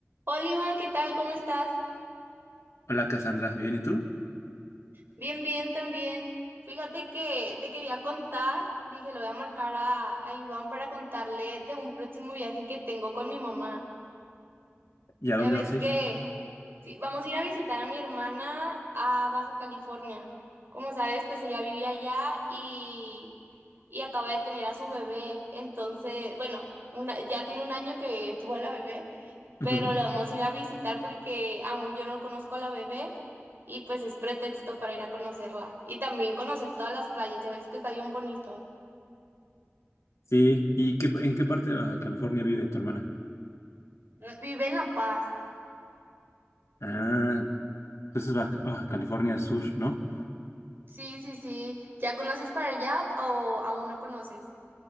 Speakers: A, on the right; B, on the left.
A: Hola Iván, ¿qué tal? ¿Cómo estás?
B: Hola Cassandra, ¿bien y tú?
A: Bien, bien también. Fíjate que te quería contar, dije, lo voy a marcar a, a Iván para contarle de un próximo viaje que tengo con mi mamá.
B: ¿Y a
A: Ya
B: dónde
A: ves
B: vas a
A: que
B: ir?
A: sí, vamos a ir a visitar a mi hermana a Baja California. Como sabes, pues ella vivía allá y, y acaba de tener a su bebé. Entonces, bueno, una, ya tiene un año que tuvo a la bebé, pero
B: Ujú.
A: la vamos a ir a visitar porque aún yo no conozco a la bebé. y pues es pretexto para ir a conocerla y también conocer todas las playas, ya ves que está bien bonito.
B: Sí, ¿y qué, en qué parte de Baja California vive tu hermana?
A: Vive en La Paz.
B: Ah, entonces Baja, Baja California Sur, ¿no?
A: Sí, sí, sí. ¿Ya conoces para allá o aún no conoces?